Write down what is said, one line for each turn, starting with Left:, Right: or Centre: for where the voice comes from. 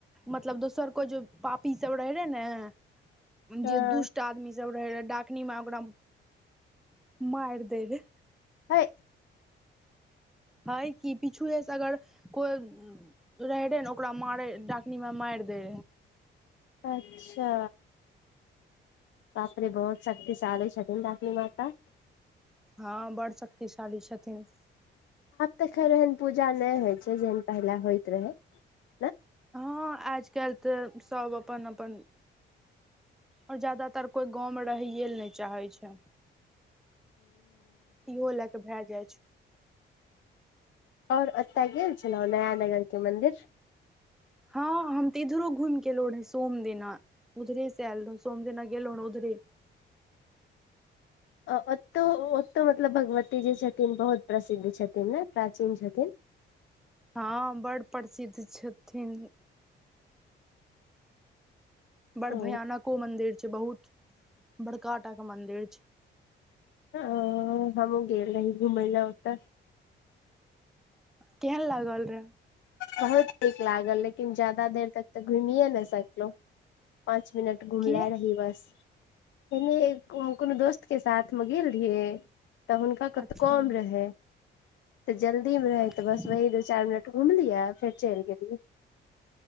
Centre: मतलब दोसर कोई जे पापी सब रहे रहऽ ने
Left: हँ
Centre: जे दुष्ट ट आदमी सब रहै रहे, डाकनी माँ ओकरा माइर देबे।
Left: हए
Centre: अए कि पीछुएसँ अगर कोइ रहै रहे ने ओकरा मारे डाकनी माँ मारि दै।
Left: अच्छा बापरे बहुत शक्तिशाली छथिन डाकनी माता
Centre: हँ बड़ शक्तिशाली छथिन।
Left: आब तऽ खैर एहन पूजा नहि होइ छै जेहन पहिले होइत रहै। ने
Centre: हँ आज कैल तऽ सब अपन-अपन और जादातर कोइ गाँवमे रहैए लऽ नहि चाहै छै। इहो लए कऽ भैऽ जाइ छै।
Left: और ऐत गेल छलौ नया नगर के मंदिर?
Centre: हँ हम तऽ इधरो घुमि के ऐलो रहेै सोम दिना। उधरे से ऐल रहु सोम दिना गेलौ रहौ उधरे।
Left: आ ओतौ ओतौ मतलब भगवती जे छथिन बहुत प्रसिद्ध छथिन ने प्राचीन छथिन।
Centre: हँ बड़ प्रसिद्ध छथिन। बड़
Left: ओ
Centre: भयानको मंदिर छै बहुत बड़का टा के मंदिर छै।
Left: अ हमहुँ गेल रही घुमै लऽ ओतऽ।
Centre: केहन लागल रहे?
Left: बहुत नीक लागल लेकिन जदा देर तक तऽ घुमिए नहि सकलहु पाँच मिनट घुमला
Centre: किया
Left: रही बस पहिने को कोनो दोस्तके साथमे गेल रहियै। तऽ हुनका कतौ
Centre: अच्छा
Left: काम रहै तऽ जल्दी मे रहि
Centre: अच्छा
Left: तऽ बस वही दू चारि मिनट घूमलियै फेर चलि गेलिये